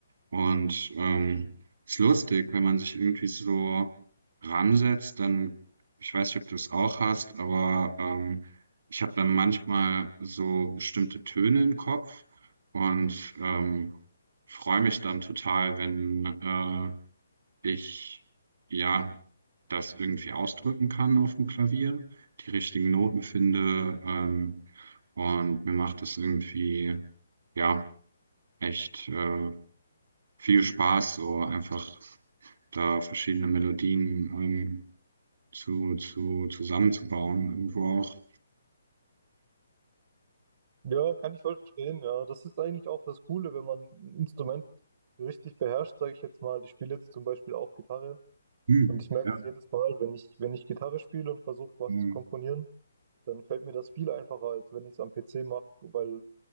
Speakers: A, on the right; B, on the right.
A: Und ähm, ist lustig, wenn man sich irgendwie so ransetzt, dann, ich weiß nicht, ob du es auch hast, aber ähm, ich habe dann manchmal so bestimmte Töne im Kopf und ähm, freue mich dann total, wenn äh, ich ja das irgendwie ausdrücken kann auf dem Klavier, die richtigen Noten finde. Ähm, und mir macht es irgendwie, ja, echt äh, viel Spaß, so einfach da verschiedene Melodien ähm, zu, zu, zusammenzubauen, irgendwo auch.
B: Ja, kann ich voll verstehen, ja. Das ist eigentlich auch das Coole, wenn man ein Instrument richtig beherrscht, sage ich jetzt mal. Ich spiele jetzt zum Beispiel auch Gitarre
A: Hm.
B: und ich merke
A: Ja,
B: es jedes Mal, wenn ich, wenn ich Gitarre spiele und versuche, was
A: ähm,
B: zu komponieren, dann fällt mir das viel einfacher, als wenn ich es am PC mache, weil